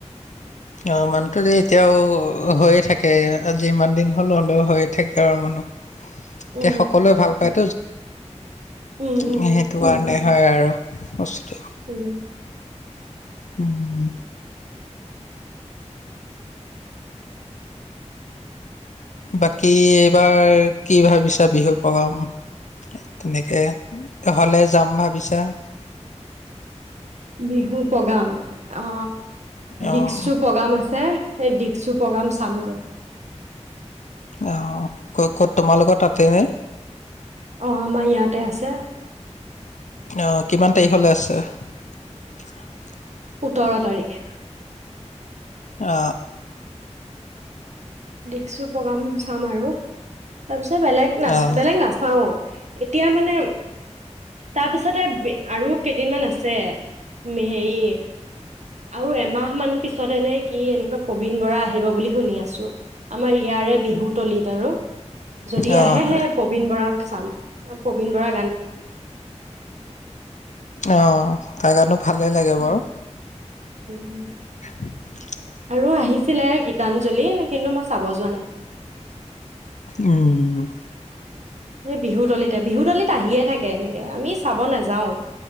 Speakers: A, on the left; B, on the right.
A: অ', মানুহো যে এতিয়াও হৈয়ে থাকে আজি ইমান দিন হ'লে হ'লেও হৈয়ে থাকে আৰু মানুহ। এতিয়া
B: উম
A: সকলোৱে ভাল পায়।
B: উম
A: <unintelligible>
B: উম
A: সেইটো কাৰণে। হয় আৰু বস্তুটো।
B: উম।
A: উম। বাকী এইবাৰ কি ভাবিছা বিহু প্ৰগ্ৰাম তেনেকে হ'লে যাম ভাবিছা‌।
B: বিহু প্ৰগ্ৰাম অ।
A: অ',
B: দিকচু প্ৰগ্ৰাম আছে। সেই দিকচু প্ৰগ্ৰাম চামগৈ।
A: অ', ক'ত ক'ত তোমালোকৰ তাতেনে।
B: অ', আমাৰ ইয়াতে আছে।
A: অ' কিমান তাৰিখলে আছে। <unintelligible>
B: সোতৰ তাৰিখ।
A: আ।
B: দিকচু প্ৰগ্ৰাম চাম আৰু তাৰপিছত এ বেলেগ না
A: অ',
B: বেলেগ নাচাও। এতিয়া মানে তাৰ পিছতো আৰু কেইদিনমান আছে হেৰি, আৰু এমাহ মান পিছত এনেকুৱা যে প্ৰবীণ বৰা আহিব বুলি শুনি আছোঁ। আমাৰ ইয়াৰে বিহু তলিত আৰু। যদি
A: অ',
B: আহেহে
A: হয়।
B: প্ৰবীন বৰা চাম প্ৰবীণ বৰা
A: অ', তাৰ কাৰণে ভালেই লাগে
B: উম,
A: বাৰু।
B: উম।
A: <unintelligible>
B: আৰু আহিছিলে গীতাঞ্জলি কিন্তু মই চাব যোৱা নাই।
A: উম।
B: এই বিহুতলিতে, বিহুতলিত আহিয়ে থাকে এনেকে আমি চাব নেয়াও।